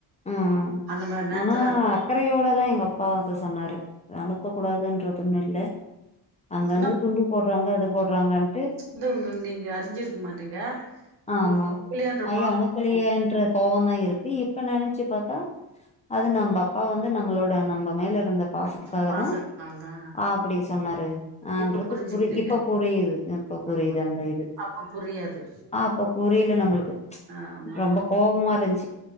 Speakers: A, on the left; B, on the right.
A: ம்
B: அந்த மார் நேரத்துல
A: ஆனா அக்கறையோடதா எங்க அப்பா அத சொன்னாரு அனுப்ப கூடாதுன்றதுன்னு இல்ல அங்க
B: ஆனா
A: அங்க குண்டு போட்றாங்க அது போடுறாங்கன்ட்டு
B: ந்து உங்களு நீங்க அறிஞ்சிருக்க மாட்டீங்க உங்களுக்கு
A: ஆ
B: அடிக்கலையான்ற
A: ஐயோ
B: கோபோ
A: அனுபலயேன்ற கோவந்தா இருக்கு இப்ப நெனைச்சு பாத்தா அது நம்ப அப்பா வந்து நம்மளோட நம்ம மேல இருந்த பாசத்துக்காக
B: பாசத்தினால
A: தா
B: தா
A: ஆப்டி சொன்னாரு ஆன்றது
B: இப்ப புரிஞ்சுக்கிறீங்க
A: புரி இப்ப புரியுது இப்ப புரியுது
B: ஆமா
A: அந்த இது
B: அப்ப புரியாது
A: ஆ அப்ப புரியல நம்மளுக்கு
B: ஆமா
A: ரொம்ப கோவமா இருந்துச்சு